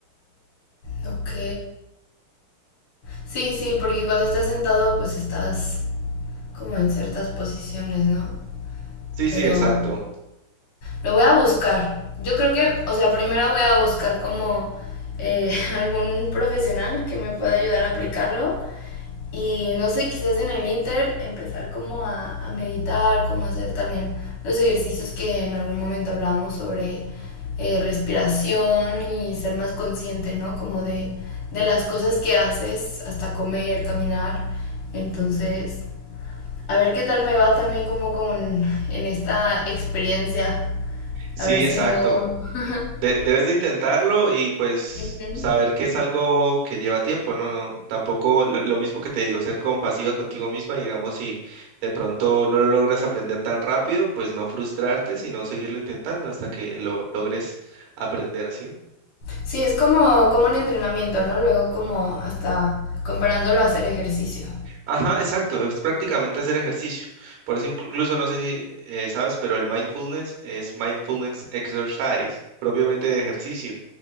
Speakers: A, on the left (about 55°); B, on the right (about 75°).
A: Ok. Sí, sí, porque cuando estás sentado pues estás como en ciertas posiciones, ¿no?
B: Sí,
A: Pero
B: sí, exacto.
A: lo voy a buscar. Yo creo que, o sea, primero voy a buscar como eh, <laughs> algún profesional que me pueda ayudar a aplicarlo Y no sé, quizás en el Inter empezar como a, a meditar, como hacer también los ejercicios que en algún momento hablábamos sobre eh, respiración y ser más consciente, ¿no? Como de, de las cosas que haces, hasta comer, caminar. Entonces, a ver qué tal me va también como con en esta experiencia.
B: Sí,
A: A ver si
B: exacto.
A: no. <laughs>
B: De- debes de intentarlo y pues
A: Ujú.
B: saber que es algo que lleva tiempo, ¿no? No, tampoco lo, lo mismo que te digo, ser compasiva contigo misma, digamos, si de pronto no lo logras aprender tan rápido, pues no frustrarte, sino seguirlo intentando hasta que lo logres aprender, ¿sí?
A: Sí, es como, como un entrenamiento, ¿no? Luego como hasta comparándolo a hacer ejercicio.
B: Ajá, exacto, es prácticamente hacer ejercicio. Por eso inclu- incluso no sé si eh, sabes, pero el mindfulness es mindfulness exercise, propiamente de ejercicio,